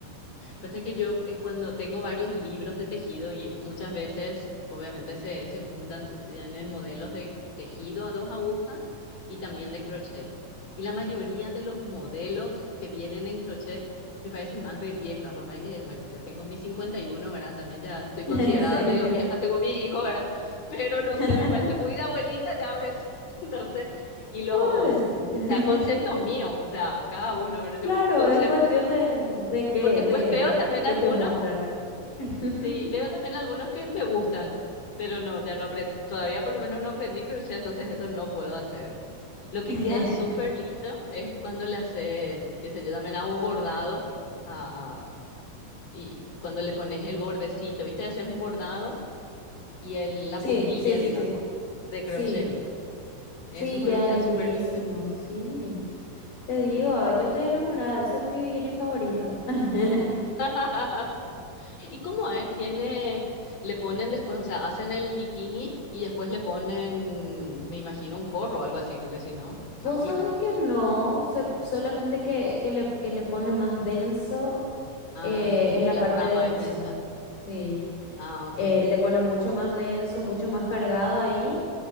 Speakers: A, on the left; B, on the left.
A: Pasa que yo eh, cuando tengo varios libros de tejido y muchas veces obviamente se, se juntan, eh, tienen modelos de tejido a dos agujas y también de crochet. Y la mayoría de los modelos que vienen en crochet me parece más de vieja, por más que, bueno, ya tengo mis cincuenta y uno ¿verdad? También ya estoy considerada
B: <laughs> En serio.
A: medio vieja según mi hijo, ¿verdad? Pero no sé,
B: <laughs>
A: me parece muy de abuelita, ya ves. <laughs> Entonces, y los,
B: ¿Puedo decir?
A: o
B: <laughs>
A: sea, conceptos míos, o sea, cada uno, ¿verdad? Yo
B: Claro,
A: concepto
B: es cuestión de, de qué,
A: porque después
B: de,
A: veo
B: de
A: también
B: qué
A: algunos
B: te muestran. <laughs>
A: Sí, veo también algunos que me gustan, pero no, ya no aprendí, todavía por lo menos no aprendí crochet, entonces eso no puedo hacer. Lo que
B: <laughs>
A: queda súper lindo es cuando le haces, qué sé yo, también hago bordado a, a- y cuando le pones el bordecito, ¿viste? Haces un bordado y el, la
B: Sí,
A: puntilla,
B: sí, sí,
A: digamos,
B: sí.
A: de crochet.
B: Sí,
A: Eso
B: sí,
A: me
B: queda
A: lo queda
B: lindísimo,
A: súper lindo.
B: sí. Te
A: No.
B: digo, yo estoy enamorada, ese es mi bikini favorito. <laughs>
A: <laughs> ¿Y cómo es? Tiene, le ponen después, o sea, hacen el bikini y después le ponen, me imagino, un forro o algo así, porque si no, está
B: Vos
A: complicado.
B: sabés que no, se- solamente que, que le, que le pone más denso
A: Ah,
B: eh, en la
A: la
B: parte
A: trama
B: del pezón.
A: es densa.
B: Sí,
A: Ah, ok.
B: Eh, le pone mucho más denso, mucho más cargado ahí